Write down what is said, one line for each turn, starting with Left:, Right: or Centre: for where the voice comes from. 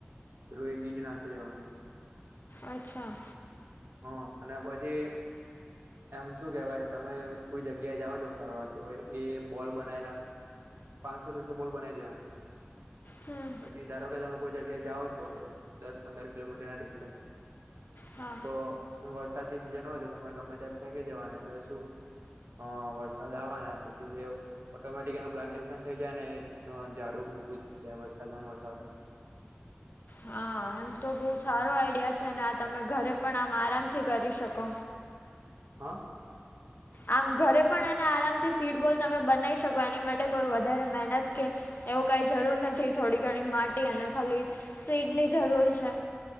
Right: એ બીજ નાખી દેવાનું.
Left: અચ્છા.
Right: હા, અને પછી એમ શું કેવાય તમે કોઈ જગ્યા જાઓ છો ફરવા તો એ બોલ બનાયેલા પાંચસો છસો બોલ બનાવી દેવાના,
Left: હમ
Right: પછી ધારો કે તમે કોઈ જગ્યા જાઓ છો દસ પંદર કિલોમીટર ના ડિસ્ટન્સ
Left: હા
Right: તો વરસાદની સીઝન હોય તો તમારે ગમે તેમ ફેંકી દેવા એટલે શું. હ વરસાદ આવવા ને પછી ઓટોમેટિક એનો પ્લાન્ટેશન થઈ જાય ને જાડુ મોટું થઈ જાય વરસાદ વરસાદ.
Left: હા, એમ તો બહુ સારો
Right: હા
Left: આઈડિયા છે અને આ તમે ઘરે પણ આમ આરામથી કરી શકો.
Right: હા.
Left: આમ ઘરે પણ અને આરામથી સીટ બોલ તમે બનાવી શકો એની માટે કોઈ વધારે મહેનત કે એવું કઈ જરૂર નથી. થોડી ઘણી માટી અને ખાલી, સીડ ની જરૂર છે.